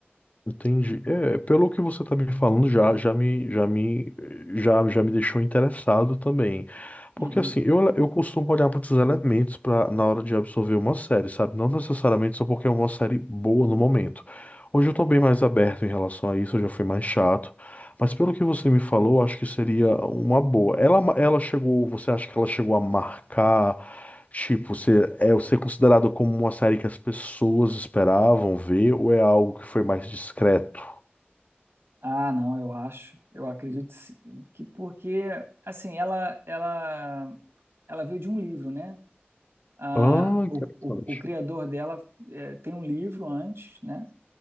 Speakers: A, on the left; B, on the right.
A: entendi. É, pelo que você está me falando, já, já me, já me, já, já me deixou interessado também.
B: Uhum.
A: Porque assim, eu, eu costumo olhar para outros elementos pra, na hora de absorver uma série, sabe? Não necessariamente só porque é uma série boa no momento. Hoje eu estou bem mais aberto em relação a isso, eu já fui mais chato. Mas pelo que você me falou, acho que seria uma boa. Ela, ela chegou, você acha que ela chegou a marcar? Tipo, você é ser considerado como uma série que as pessoas esperavam ver ou é algo que foi mais discreto?
B: Ah, não, eu acho, eu acredito sim, que porque, assim, ela, ela, ela veio de um livro, né? Ah,
A: Ah, interessante.
B: o, o, o criador dela eh, tem um livro antes, né?